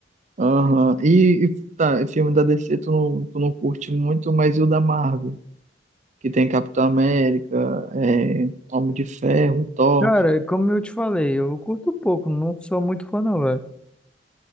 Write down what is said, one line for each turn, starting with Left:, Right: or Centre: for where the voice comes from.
Right: Aham. E, e tá, e filme da DC tu não, tu não curte muito, mas e o da Marvel? que tem Capitão América, é, Homem de Ferro, Thor.
Centre: Cara, como eu te falei, eu curto pouco, não sou muito fã não, velho.